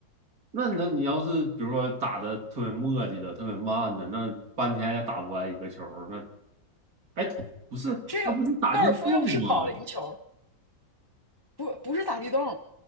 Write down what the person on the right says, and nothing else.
那那你要是比如说打的特别磨叽的、特别慢的，那半天也打不完一个球儿。那哎，不是，
那不是打进洞吗？